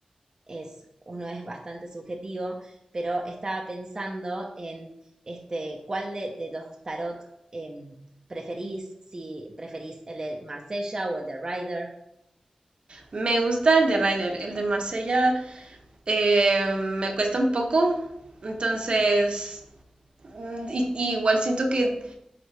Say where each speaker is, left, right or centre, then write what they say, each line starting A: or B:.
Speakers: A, on the right; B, on the right.
A: es, uno es bastante subjetivo, pero estaba pensando en este, cuál de, de los tarot em, preferís, si preferís el de Marsella o el de Rider.
B: Me gusta el de Ryder, el de Marsella eh, me cuesta un poco, entonces mm, y, y igual siento que